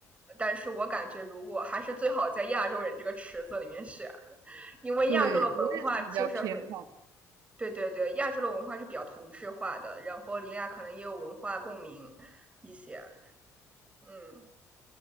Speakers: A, on the right (about 20°); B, on the right (about 75°).
A: 但是我感觉，如果还是最好在亚洲人这个池子里面选，因为亚洲的文化就是很
B: 对我也是比较偏好。
A: 对对对，亚洲的文化是比较同质化的，然后林雅可能也有文化共鸣一些，嗯，